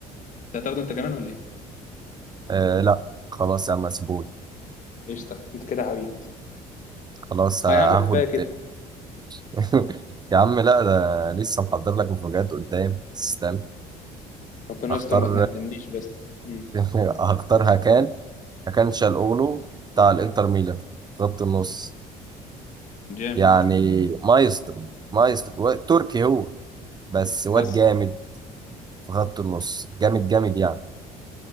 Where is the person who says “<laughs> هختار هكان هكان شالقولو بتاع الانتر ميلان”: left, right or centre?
Right